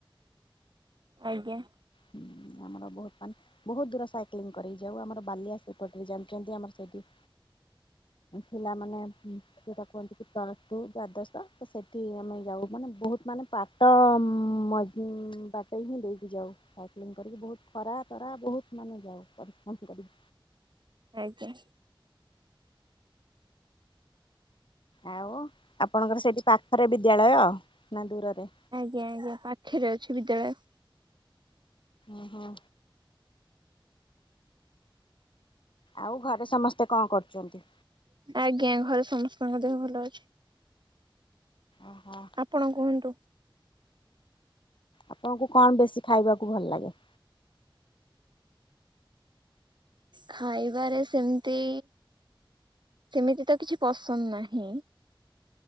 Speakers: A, on the right; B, on the left.
A: ଆଜ୍ଞା।
B: ହୁଁ ଆମର ବହୁତ ମାନ ବହୁତ ଦୂର ସାଇକ୍ଲିଂ କରିକି ଯାଉ ଆମର ବାଲିଆ ସେପଟରେ ଜାଣିଛନ୍ତି ଆମର ସେଇଠି ପିଲା ମାନେ ସେଟା କୁହନ୍ତି କି <unintelligible> ତୁ ଦ୍ଵାଦଶ ତ ସେଠି ଆମେ ଯାଉ ମାନେ ବହୁତ ମାନେ ପାଟ ମ ବାଟ ହିଁ ଦେଇକି ଯାଉ ସାଇକ୍ଲିଙ୍ଗ କରିକି ବହୁତ ଖରାପ ଖରା ବହୁତ ମାନେ ଯାଉ ପରିଶ୍ରମ କରି।
A: ଆଜ୍ଞା।
B: ଆଉ ଆପଣଙ୍କର ସେଠି ପାଖରେ ବିଦ୍ୟାଳୟ ନା ଦୂରରେ?
A: ଆଜ୍ଞା ଆଜ୍ଞା ପାଖରେ ଅଛି ବିଦ୍ୟାଳୟ।
B: ଓହୋ। ଆଉ ଘରେ ସମସ୍ତେ କଣ କରୁଛନ୍ତି?
A: ଆଜ୍ଞା ଘରେ ସମସ୍ତଙ୍କ ଦେହ ଭଲ ଅଛି।
B: ଓହୋ!
A: ଆପଣ କୁହନ୍ତୁ।
B: ଆପଣଙ୍କୁ କଣ ବେଶୀ ଖାଇବାକୁ ଭଲ ଲାଗେ?
A: ଖାଇବାରେ ସେମିତି ସେମିତି ତ କିଛି ପସନ୍ଦ ନାହିଁ।